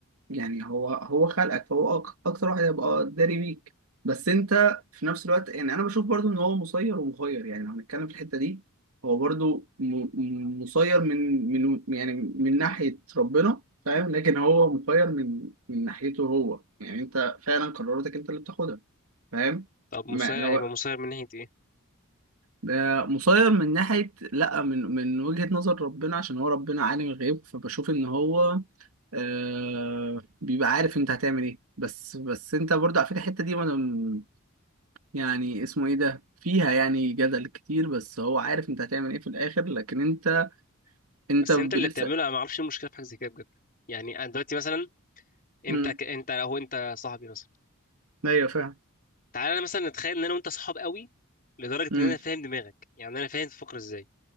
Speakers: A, on the right; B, on the left.
A: يعني هو هو خلقك فهو أك- اكتر واحد هيبقى داري بيك بس انت في نفس الوقت يعني انا بشوف برضو ان هو مسير ومخير يعني لو هنتكلم في الحتة دي هو برضو م- م- مسير من من يعني من ناحية ربنا فاهم لكن هو مخير من من ناحيته هو يعني انت فعلا قراراتك انت اللي بتاخدها فاهم
B: طب مصير
A: ما لو
B: هيبقى مصير من ناحيه ايه
A: ده مسير من ناحية لا من من وجهة نظر ربنا عشان هو ربنا عالم الغيب فبشوف ان هو آه بيبقى عارف انت هتعمل ايه بس بس انت برضه على فكره الحته دي وانا يعني اسمه ايه ده فيها يعني جدل كتير بس هو عارف انت هتعمل ايه في الاخر لكن انت انت
B: بس
A: ب-
B: انت اللي
A: لسه
B: بتعمله انا ما اعرفش إيه المشكله في حاجه زي كده بجد يعني انا دلوقتي مثلا انت
A: امم
B: ك... انت هو انت صاحبي مثلا
A: ايوه فاهم
B: تعالى انا مثلا نتخيل ان انا وانت صحاب قوي لدرجه
A: امم
B: ان انا فاهم دماغك يعني انا فاهم تفكر ازاي